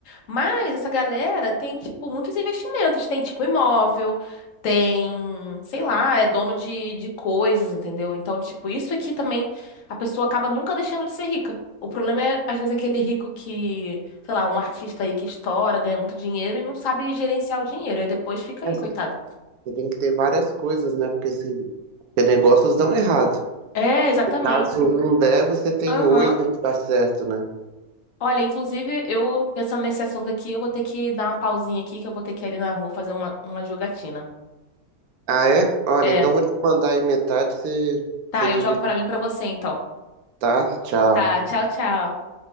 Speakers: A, on the left; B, on the right.
A: Mas essa galera tem, tipo, muitos investimentos, tem, tipo, imóvel, tem, sei lá, é dono de, de coisas, entendeu? Então, tipo, isso aqui também, a pessoa acaba nunca deixando de ser rica. O problema é, às vezes, aquele rico que, sei lá, um artista aí que estoura, ganha muito dinheiro e não sabe gerenciar o dinheiro, aí depois fica
B: é,
A: aí,
B: assim,
A: coitado.
B: Você tem que ter várias coisas, né? Porque se porque negócios dão errado.
A: É, exatamente.
B: E caso um der, você tem
A: Aham.
B: oito que dá certo, né?
A: Olha, inclusive, eu pensando nesse assunto aqui, eu vou ter que dar uma pausinha aqui, que eu vou ter que ir ali na rua fazer uma, uma jogatina.
B: Ah, é? Olha,
A: É.
B: então vou te mandar aí metade, você,
A: Tá,
B: você
A: eu
B: divide,
A: jogo pra mim e pra você, então.
B: tá? Tchau.
A: Tá, tchau, tchau.